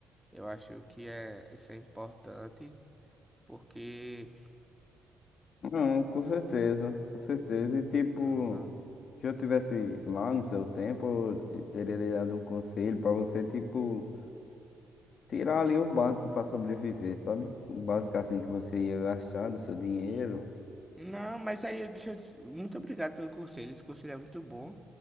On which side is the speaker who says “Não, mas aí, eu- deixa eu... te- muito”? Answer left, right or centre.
Centre